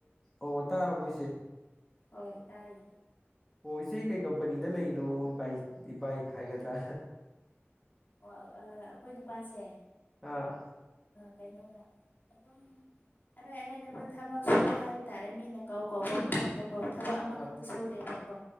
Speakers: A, in the centre; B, on the left (about 45°).
A: ꯑꯣ ꯇꯥꯔꯕꯣꯏꯁꯦ
B: ꯍꯣꯏ ꯇꯥꯏꯦ
A: ꯑꯣ ꯏꯆꯦ ꯀꯩ ꯀꯝꯄꯅꯤꯗ ꯂꯩꯔꯤꯅꯣ ꯏꯚ ꯏꯚꯥꯏ ꯍꯥꯏꯒꯗ꯭ꯔꯥ
B: ꯑꯣ ꯑꯩꯈꯣꯏ ꯅꯨꯄꯥꯁꯦ
A: ꯑꯥ
B: ꯀꯩꯅꯣꯗ ꯑꯗꯨꯝ ꯑꯔꯥꯏ ꯑꯔꯥꯏꯕꯨ ꯊꯕꯛ ꯁꯨꯕ ꯍꯥꯏꯕ ꯇꯥꯔꯦ ꯃꯤꯅ ꯀꯥꯎ ꯀꯧꯕ ꯃꯐꯝꯗ ꯀꯣ ꯊꯕꯛ ꯑꯃꯈꯛꯇ
A: ꯑꯥ
B: ꯁꯨꯗꯦꯕꯀꯣ